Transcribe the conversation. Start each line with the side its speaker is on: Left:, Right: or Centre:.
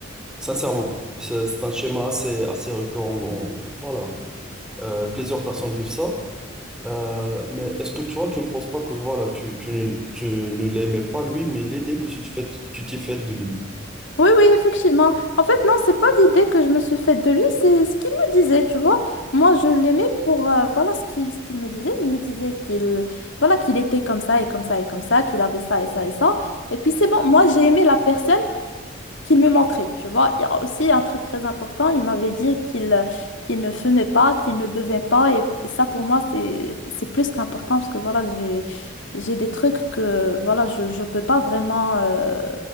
Centre: sincèrement, c'est c'est un schéma assez, assez récurrent dans, voilà, euh, plusieurs personnes vivent ça, Euh, mais est-ce que toi, tu ne penses pas que voilà, tu, tu ne, tu ne l'aimais pas lui, mais l'idée que tu te fais, tu t'es faite de lui?
Left: Oui, oui, effectivement. En fait, non, c'est pas l'idée que je me suis faite de lui, c'est ce qu'il me disait, tu vois. Moi, je l'aimais pour, euh, voilà, ce qu'il ce qu'il me disait. Il me disait qu'il, voilà, qu'il était comme ça et comme ça et comme ça, qu'il avait ça et ça et ça. Et puis, c'est bon. Moi, j'ai aimé la personne qu'il me montrait, tu vois. Il y a aussi un truc très important, il m'avait dit qu'il euh, qu'il ne fumait pas, qu'il ne buvait pas, et ça pour moi c'est c'est plus qu'important parce que voilà, j'ai j'ai des trucs que voilà, je je peux pas vraiment euh,